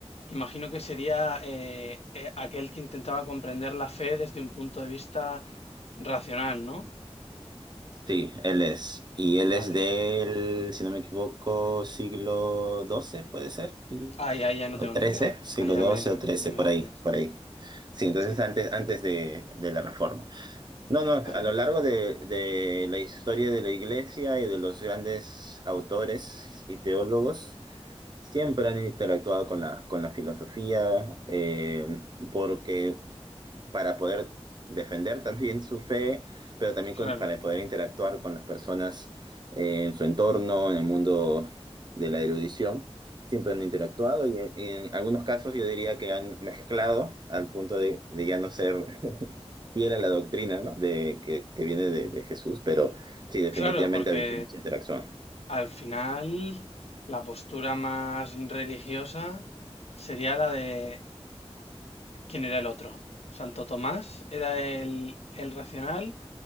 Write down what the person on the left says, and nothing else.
imagino que sería eh, eh, aquel que intentaba comprender la fe desde un punto de vista racional, ¿no?
Vale.
Ahí, ahí ya no
tengo
ni idea.
Ahí ya
me,
ya me
pillas.
Sí,
vale.
Claro.
Claro, porque
Al final, la postura más religiosa sería la de ¿quién era el otro? Santo Tomás era el, el racional,